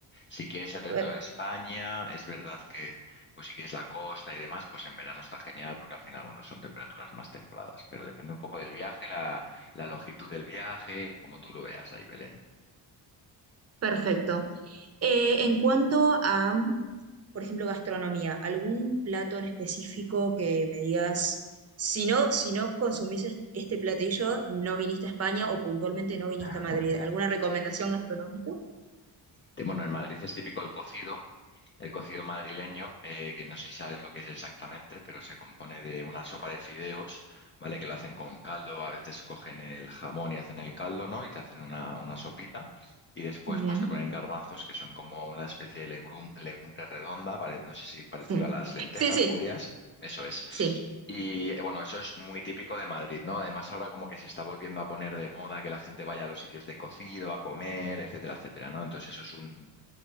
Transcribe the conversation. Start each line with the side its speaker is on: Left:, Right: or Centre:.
Left: Si quieres el resto
Right: Per-
Left: de España, es verdad que, pues si quieres la costa y demás, pues en verano está genial porque al final, bueno, son temperaturas más templadas, pero depende un poco del viaje, la, la longitud del viaje, como tú lo veas ahí, Belén.
Right: Perfecto. Eh, en cuanto a, por ejemplo, gastronomía, ¿algún plato en específico que me digas, si no, si no consumís es- este platillo, no viniste a España o puntualmente no viniste
Left: <laughs>
Right: a Madrid? ¿Alguna recomendación gastronómica?
Left: Te- Bueno, en Madrid es típico el cocido, el cocido madrileño, eh, que no sé si sabes lo que es exactamente, pero se compone de una sopa de fideos, ¿vale? Que lo hacen con caldo, a veces cogen el jamón y hacen el caldo, ¿no? Y te hacen una, una sopita. Y después,
Right: Bien,
Left: pues te ponen garbanzos, que son como una especie de legrum- legumbre redonda, pare- no sé si parecido
Right: sí,
Left: a las lentejas
Right: sí, sí,
Left: judías. Eso es.
Right: sí,
Left: Y eh, bueno, eso es muy típico de Madrid, ¿no? Además, ahora como que se está volviendo a poner de moda que la gente vaya a los sitios de cocido, a comer, etcétera, etcétera, ¿no? Entonces eso es un,